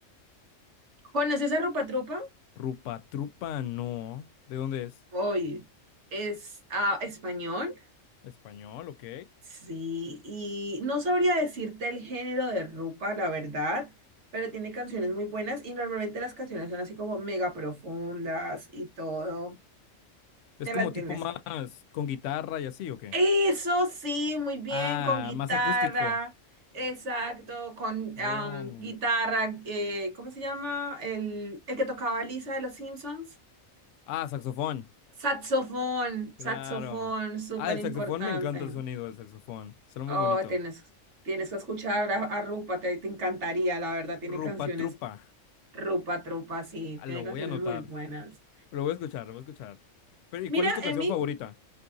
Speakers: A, on the right; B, on the left.
A: ¿Conoces a Rupa Trupa?
B: Rupa Trupa, no. ¿De dónde es?
A: Oye, es ah, español.
B: Español, ok.
A: Sí, y no sabría decirte el género de Rupa, la verdad, pero tiene canciones muy buenas y normalmente las canciones son así como mega profundas y todo.
B: Es
A: Te
B: como
A: la tienes.
B: tipo más con guitarra y así, ¿o qué?
A: Eso sí, muy bien,
B: Ah,
A: con guitarra,
B: más acústico.
A: exacto, con am,
B: Oh.
A: guitarra, eh, ¿cómo se llama? El, el que tocaba Lisa de los Simpsons.
B: Ah, saxofón.
A: Saxofón,
B: Claro.
A: saxofón, súper
B: Ah, el saxofón
A: importante.
B: me encanta el sonido del saxofón. Suena
A: Oh,
B: muy bonito.
A: tienes, tienes que escuchar a, a Rupa, te, te encantaría, la verdad, tiene
B: Rupa
A: canciones,
B: Trupa.
A: Rupa Trupa, sí,
B: Ah,
A: tiene
B: Lo
A: canciones
B: voy a anotar.
A: muy buenas.
B: Lo voy a escuchar, lo voy a escuchar. Pero, ¿y
A: Mira,
B: cuál es tu canción
A: Emi,
B: favorita?